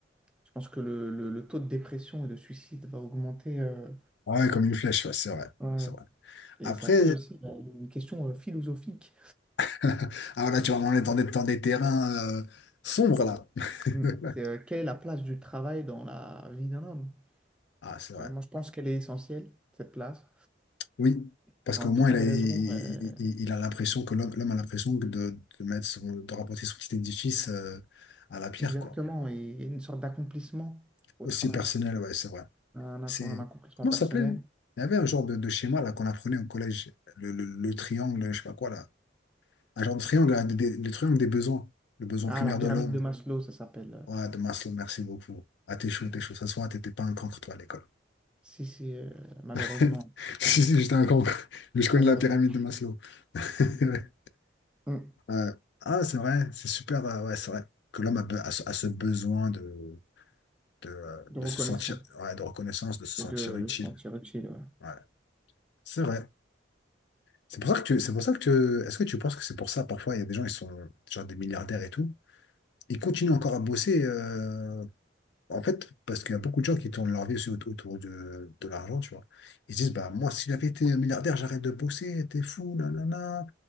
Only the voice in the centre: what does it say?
Je pense que le, le- le taux de dépression et de suicide va augmenter. euh,
ouais.
Et
ça pose aussi euh, une question euh, philosophique.
Mm. C'est euh, quelle est la place du travail dans la vie d'un homme?
Euh, moi, je pense qu'elle est essentielle, cette place,
pour
un, tout
tas
de raisons.
euh,
exactement,
et, et une sorte d'accomplissement au
travail,
un, ac-
un accomplissement
personnel.
Ah,
la pyramide
de Maslow, ça s'appelle.
euh,
Si, si, euh, malheureusement,
malheureusement.
Mm.
De
reconnaissance
et de
le sentir utile. ouais.